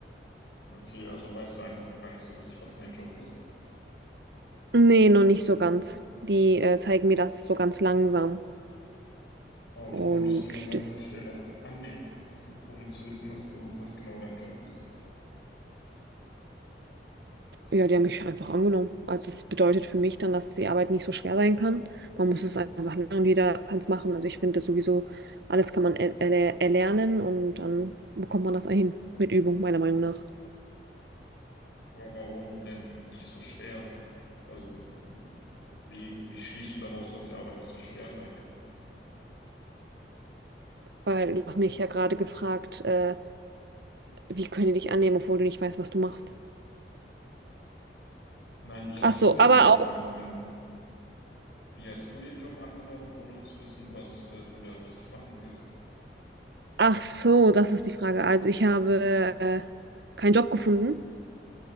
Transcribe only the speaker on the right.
Nee, noch nicht so ganz. Die äh, zeigen mir das so ganz langsam.
Und
das,
ja, die haben mich einfach angenommen. Also das bedeutet für mich dann, dass die Arbeit nicht so schwer sein kann. Man muss es einfach lernen, und jeder kann es machen. Also ich finde das sowieso, alles kann man er erler- erlernen und dann bekommt man das ein mit Übung, meiner Meinung nach.
Weil du hast mich ja gerade gefragt, äh, Wie können die dich annehmen, obwohl du nicht weißt, was du machst?
Ach so,
aber
auch.
Ach so, das ist die Frage. Also ich habe äh, keinen Job gefunden.